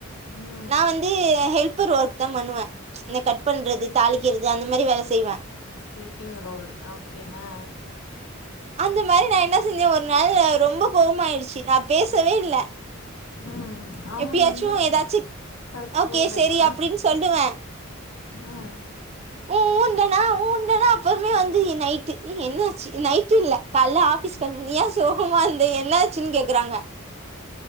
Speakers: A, on the left; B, on the right.
A: ம்
B: நா வந்து ஹெல்பர் ஒர்க் தா பண்ணுவ இந்த கட் பண்றது தாளிக்கிறது அந்த மாரி வேல செய்வ
A: ஹெல்பிங் ரோல் ஓகே அ
B: அந்த மாரி நா என்ன செஞ்ச ஒரு நாள் ரொம்ப கோவமா ஆயிடுச்சு நா பேசவே இல்ல
A: ம் அவங்க
B: எப்பயாச்சு
A: வந்து
B: ஏதாச்சு
A: படுத்து
B: ஓகே
A: தூங்கிட்டாங்களா
B: சரி அப்டின்னு சொல்லுவே
A: ஆ
B: உ ஊ இன்டனா ஊ இன்டனா அப்புமே வந்து நைட்டு என்ன ஆச்சு நைட் அது இல்ல காய்ல்ல ஆஃபீஸ் கெளம்ப ஏன் சோகமா இருந்த என்ன ஆச்சுன்னு கேக்குறாங்க